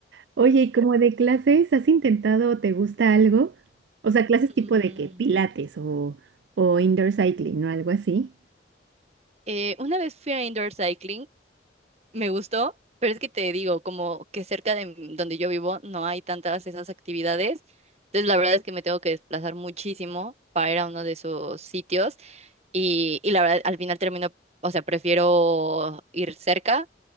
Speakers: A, on the right; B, on the right.
A: Oye, ¿y como de clases has intentado o te gusta algo? O sea, clases tipo
B: Mm,
A: de que pilates o, o indoor cycling o algo así.
B: eh, una vez fui a indoor cycling Me gustó, pero es que te digo, como que cerca de m- donde yo vivo no hay tantas esas actividades. Entonces, la verdad es que me tengo que desplazar muchísimo para ir a uno de esos sitios. Y, y la verdad, al final termino, o sea, prefiero ir cerca